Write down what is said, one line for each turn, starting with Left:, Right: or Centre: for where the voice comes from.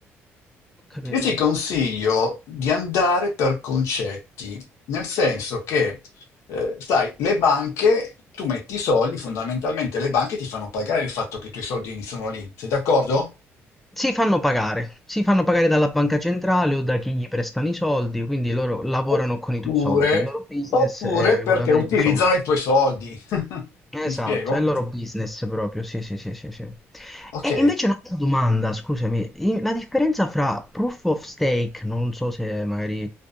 Centre: capito.
Left: Io ti consiglio di andare per concetti, nel senso che, eh, sai, le banche, tu metti i soldi, fondamentalmente le banche ti fanno pagare il fatto che i tuoi soldi sono lì, sei d'accordo?
Centre: Si fanno pagare, si fanno pagare dalla banca centrale o da chi gli prestano i soldi, quindi loro lavorano
Left: Oppure,
Centre: con i tuoi soldi, il loro business
Left: oppure
Centre: è
Left: perché
Centre: avere
Left: utilizzano
Centre: i tuoi soldi.
Left: i tuoi soldi. <laughs>
Centre: Esatto,
Left: Mi spiego?
Centre: è il loro business proprio, sì, sì, sì, sì, sì.
Left: Ok,
Centre: E invece un'altra domanda, scusami, in- la differenza fra proof of stake, non so se magari,